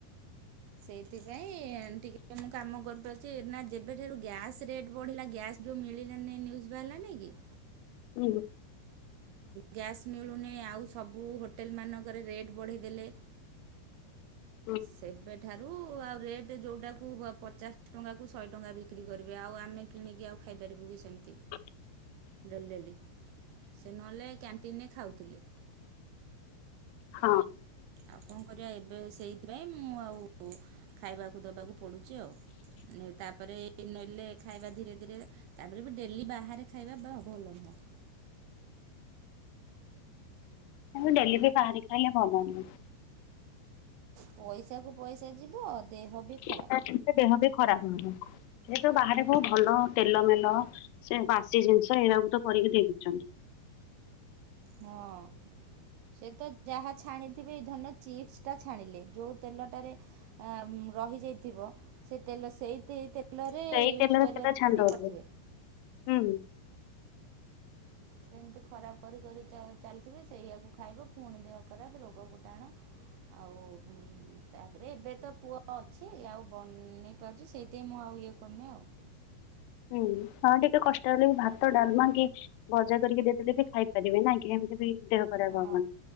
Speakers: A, on the right; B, on the left.
A: ସେଇଥିପାଇଁ ଟିକେ ମୁଁ କାମ କରିପାରୁଚି ନା ଯେବେ ଠାରୁ ଗ୍ୟାସ ରେଟ୍ ବଢିଲା ଗ୍ୟାସ୍ ଯୋଉ ମିିଲିଲାନି ବାହାରିଲା ନିୟୁଜ୍ ବାହାରିଲାନି କି?
B: ହୁଁ।
A: ଗ୍ୟାସ୍ ମିଳୁନାଇଁ ଆଉ ସବୁ ହୋଟେଲ ମାନଙ୍କରେ ରେଟ୍ ବଢ଼େଇ ଦେଲେ।
B: <inaudible>
A: ସେବେ ଠୁ ଠାରୁ ଆଉ ରେଟ୍ ଯୋଉଟାକୁ ବ ପଚାଶ ଟଙ୍କାକୁ ଶହେ ଟଙ୍କା ବିକ୍ରି କରିବେ ଆଉ ଆମେ କିଣିକି ଆଉ ଖାଇପାରିବୁ କି ସେମିତି।
B: <inaudible>
A: Daily daily. ସେ ନହେଲେ କ୍ୟାଣ୍ଟିନ ରେ ଖାଉଥିଲେ।
B: ହଁ।
A: ଆଉ କଣ କରିବା ଏବେ ସେଇଥିପାଇଁ ମୁଁ ଆଉ ଖାଇବାକୁ ଦେବାକୁ ପଡ଼ୁଚି ଆଉ। ତାପରେ ନେଲେ ଖାଇବା ଧୀରେ ଧୀରେ ତାପରେ ବି ଡେଲି ବାହାରେ ଖାଇବା ବା ଭଲ ନୁହେଁ।
B: ଆ ଡେଲି ବି ବାହାରେ ଖାଇଲେ ଭଲ ନୁହେଁ।
A: ପଇସା କୁ ପଇସା ଯିବ ଦେହ ବି
B: <unintelligible>
A: ଖରାପ
B: ଦେହ ବି ଖରାପ ହେବ। ସେ ତ ବାହାରେ କୋଉ ଭଲ ତେଲ ମେଲ ସେ ବାସି ଜିନିଷ ଏଇଡାକୁୁ ତ କରିକି ଦେଇଦଉଚନ୍ତି।
A: ହଁ। ସେ ତ ଯାହା ଛାଣିଥିବେ ଏଇ ଧରିନିଅ ଚିପ୍ସ ଟା ଛାଣିଲେ ଯୋଉ ତେଲଟାରେ ଆଁ-ମ୍ ରହିଯାଇଥିବ ସେ ତେଲ ସେଇେତି ତେ ତେଲରେ
B: ସେଇ
A: ୟୁଜ୍
B: ତେଲରେ
A: କରିବାର
B: ତେଲ ଛାଣି ଦଉଥିଲେ
A: ବି କରିଥିବେ।
B: ହୁଁ।
A: ସେମିତି ଖରାପ କରି କରି ଚା-ଚାଲିଥିବେ ସେଇଆକୁ ଖାଇବ ପୁଣି ଦେହ ଖରାପ୍ ରୋଗକୁ ଟାଣ ଆଉ ଉଁ ତାପରେ ଏବେ ତ ପୁ-ଅ ଅଛି ଆଉ ବ-ନେଇ ପାରୁଚି ସେଇଥିଆଇଁ ମୁଁ ଆଉ ଇଏ କରୁନି ଆଉ।
B: ହୁଁ ହଁ ଟିକେ କଷ୍ଟ ହେଲେ ବି ଭାତ ଡାଲମା କି ଭଜା କରିକି ଦେଇଦେଲେ ବି ଖାଇପାରିବେ ନାଇଁ କି ଆନ୍ ସେଥିରେ ବି ଦେହ ଖରାପ୍
A: ହଁ
B: ହବନି